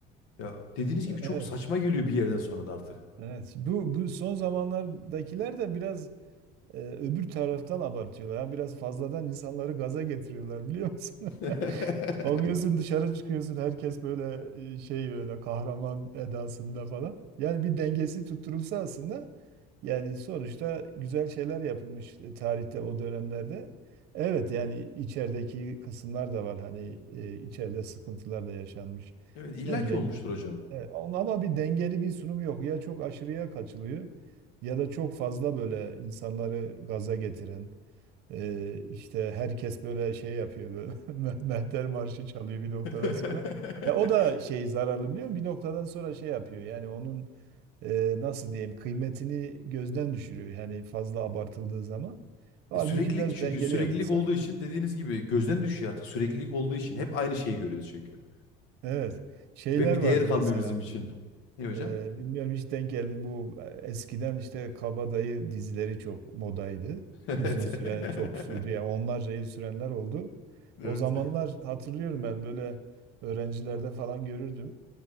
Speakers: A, on the left; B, on the right.
A: Ya dediğiniz
B: evet,
A: gibi çok saçma geliyor bir yerden sonra da artık.
B: evet. Bu bu son zamanlardakiler de biraz Ee, öbür taraftan abartıyorlar. Yani biraz fazladan insanları gaza getiriyorlar biliyor musun?
A: <laughs>
B: <laughs> Bakıyorsun dışarı çıkıyorsun herkes böyle e, şey böyle kahraman edasında falan. Yani bir dengesi tutturulsa aslında yani sonuçta güzel şeyler yapılmış e, tarihte o dönemlerde. Evet yani içerideki kısımlar da var hani e, içeride sıkıntılar da yaşanmış.
A: Evet, illaki
B: Ne bileyim.
A: olmuştur hocam.
B: Evet, ama bir dengeli bir sunum yok. Ya çok aşırıya kaçılıyor ya da çok fazla böyle insanları gaza getiren e, işte herkes böyle şey yapıyor böyle <laughs> Me- Mehter Marşı çalıyor bir noktadan
A: <laughs>
B: sonra. Ya o da şey zararlı biliyor musun? Bir noktadan sonra şey yapıyor yani onun e, nasıl diyeyim kıymetini gözden düşürüyor yani fazla abartıldığı zaman. Halbuki
A: E, süreklilik
B: biraz
A: çünkü
B: dengeli
A: süreklilik
B: yapılsa.
A: olduğu için dediğiniz gibi gözden düşüyor artık süreklilik olduğu için. Hep aynı şeyi görüyoruz çünkü.
B: Evet. Şeyler
A: Ve bir
B: vardı
A: değer kalmıyor
B: mesela.
A: bizim için. Ne hocam?
B: Ee, bilmiyorum hiç denk geldim bu e, eskiden işte kabadayı dizileri çok modaydı.
A: <laughs> Evet.
B: Uzun süre
A: <laughs>
B: çok sürdü ya onlarca yıl sürenler oldu. O
A: Evet.
B: zamanlar hatırlıyorum ben böyle öğrencilerde falan görürdüm.